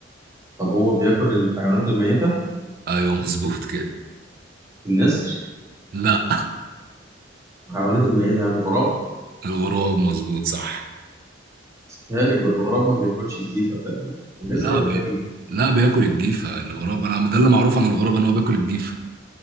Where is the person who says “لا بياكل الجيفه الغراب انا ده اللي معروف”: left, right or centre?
Right